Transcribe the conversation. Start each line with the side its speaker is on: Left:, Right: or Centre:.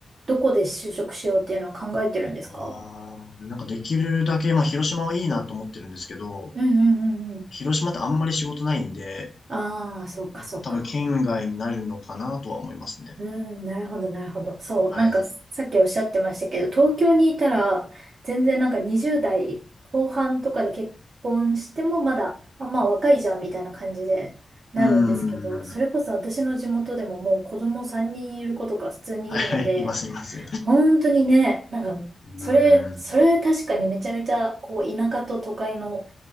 Right: どこで就職しようっていうのを考えてるんですか
Left: あー、なんかできるだけ、まあ広島はいいなと思ってるんですけど、
Right: うんうんうんうん。
Left: 広島ってあんまり仕事ないんで、
Right: ああ、そうかそうか。
Left: まあ多分県外になるのかなとは思いますね。
Right: うん、なるほどなるほど。そう、
Left: はい。
Right: なんかさっきおっしゃってましたけど、東京にいたら、全然なんか20代後半とかで結婚してもまだ、あ、まあ若いじゃんみたいな感じでなるんですけど、
Left: うーん。
Right: それこそ私の地元でももう子供3人いる子とか普通にいるので、
Left: はいはい、いますいます。
Right: 本当にね、なんか、
Left: うーん。
Right: それ、それ確かにめちゃめちゃ、こう、田舎と都会の